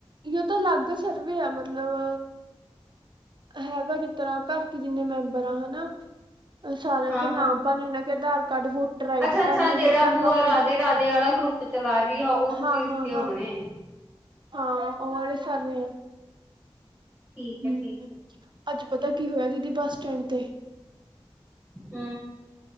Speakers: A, on the right; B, in the centre.
A: ਯੇ ਤੋ ਲਗ ਸਰਵੇ ਐ, ਮਤਲਬ ਹੈਗਾ ਜਿਸ ਤਰ੍ਹਾਂ ਘਰ ਕੀ ਜਿੰਨੇ ਮੈਂਬਰਾਂ ਹੈਨਾ ਸਾਰਿਆਂ
B: ਹਾਂ
A: ਕੇ ਨਾਮ
B: ਹਾਂ
A: ਭਰਨੇ ਓਹਨਾਂ ਕੇ Aadhaar card, voter I
B: ਅੱਛਾ
A: D
B: ਅੱਛਾ
A: ਭਰਨੀ ਆ
B: ਜਿਹੜਾ
A: ਫਿਰ ਕਰਮਾ
B: ਬੂਆ ਰਾਧੇ
A: ਕੋਈ
B: ਰਾਧੇ ਵਾਲਾ ਗਰੁੱਪ ਚਲਾ ਰਹੀ ਐ, ਉਸ
A: ਹਾਂ
B: ਚੀਜ਼
A: ਹਾਂ
B: ਕੇ
A: ਹਾਂ
B: ਹੋਣੇ
A: ਹਾਂ, ਓਹ ਵਾਲੇ ਸਰ ਵੀ ਐ।
B: ਠੀਕ ਹੈ
A: ਹੂੰ,
B: ਠੀਕ ਹੈ
A: ਅੱਜ ਪਤਾ ਕੀ ਹੋਇਆ ਦੀਦੀ, ਬੱਸ ਸਟੈਂਡ ਤੇ।
B: ਹੂੰ